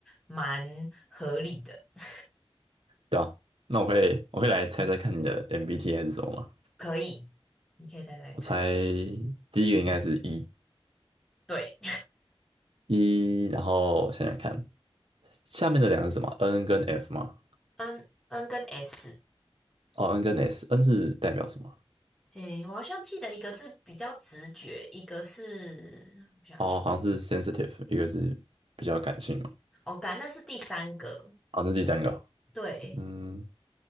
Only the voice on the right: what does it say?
对啊，那我会我会来猜猜看你的 MBTI 是什么吗？
我猜第一个应该是 E
E，然后想想看，下面的两个是什么？N 跟 F 吗？
哦，N 跟 S，N 是代表什么？
哦，好像是 sensitive，一个是比较感性嘛。
好，那第三个，
嗯，